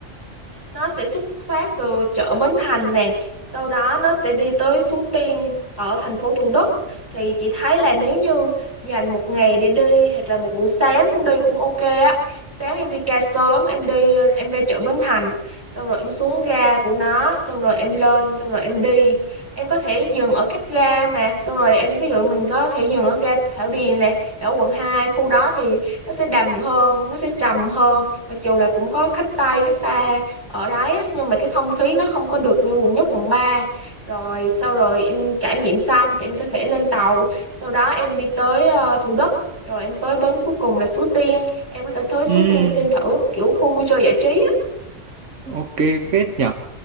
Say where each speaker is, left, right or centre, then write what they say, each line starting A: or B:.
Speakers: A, on the right; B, on the right.
A: nó sẽ xuất phát từ chợ Bến Thành nè sau đó nó sẽ đi tới Suối Tiên ở thành phố Thủ Đức thì chị thấy là nếu như dành một ngày để đi hoặc là một buổi sáng cũng đi cũng ok á sáng em đi ca sớm em đi em ra chợ Bến Thành xong rồi em xuống ga của nó xong rồi em lên xong rồi em đi em có thể dừng ở các ga mà xong rồi em ví dụ mình có thể dừng ở ga Thảo Điền nè ở quận Hai khu đó thì nó sẽ đầm hơn nó sẽ trầm hơn mặc dù là cũng có khách Tây khách ta ở đấy á, nhưng mà cái không khí nó không có được như quận nhất quận ba rồi sau rồi em trải nghiệm xong thì em có thể lên tàu sau đó em đi tới ờ, Thủ Đức rồi em tới bến cuối cùng là Suối Tiên em có thể tới Suối
B: Ừm,
A: Tiên xem thử kiểu khu vui chơi giải trí á
B: ok phết nhỉ